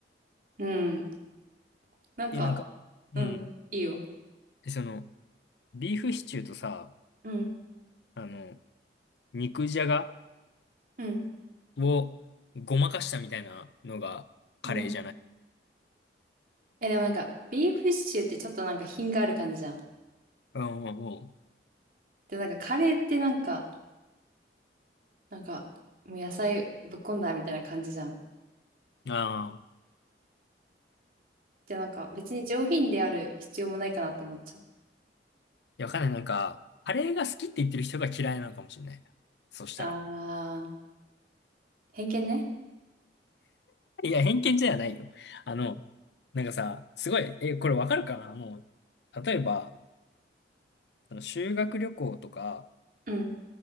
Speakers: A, on the right; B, on the left.
A: うん。なんか、
B: で、なんか、
A: うん、
B: うん。
A: いいよ。
B: で、その、ビーフシチューとさ、
A: うん、
B: あの、肉じゃが
A: うん、
B: をごまかしたみたいなのがカレーじゃない。
A: うん。え、でもなんか、ビーフシチューってちょっとなんか品がある感じじゃん。
B: うんうん
A: で、なんかカレーってなんか、なんか、もう野菜ぶっこんだみたいな感じじゃん。
B: うん。ああ。
A: で、なんか別に上品である必要もないかなって思っちゃう。
B: や、わかんない。なんか、カレーが好きって言ってる人が嫌いなのかもしれないな。そしたら。
A: あー、偏見ね。
B: いや、偏見じゃないよ。あの、なんかさ、すごい、え、これわかるかなあの、例えば、その修学旅行とか、
A: うん。